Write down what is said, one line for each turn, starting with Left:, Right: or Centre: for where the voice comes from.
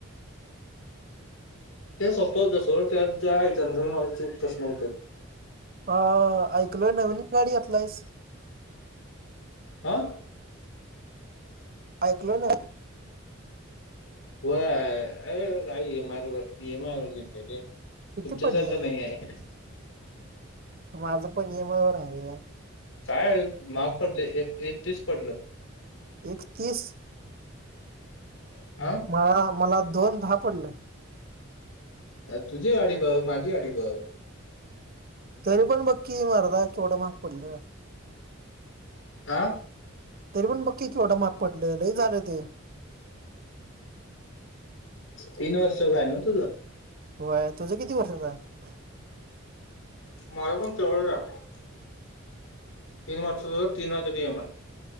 Left: ते सोपं होतं सोड त्यात जे आहे जनरल नॉलेजचे, प्रश्न होत.
Right: अ! ऐकलोय नवीन गाडी घातलायस! !
Left: हा! !
Right: ऐकलो ना! !
Left: व अ कायमार हेम वेत रे! !
Right: किती
Left: तुमच्यासारखं
Right: पडलं?
Left: नाही आहे!
Right: माझं पण येमवर राले का?
Left: काय महाग पडले एक एक तीस पडलं.
Right: एकतीस.
Left: हा!
Right: मला मला दोन दहा पडलं.
Left: अ तुझी गाडी बघ माझी गाडी बघ.
Right: तरी पण बक्की मारदा केवढं महाग पडलं.
Left: हा
Right: तरी पण बघकी केवढं महाग पडलं लय झालं ते.
Left: तीन वर्ष हाय नव तुझं?
Right: होय तुझं किती वर्षचा आहे?
Left: माझ पण तेवडच. तीन वर्ष तीन हजार इ एम एय.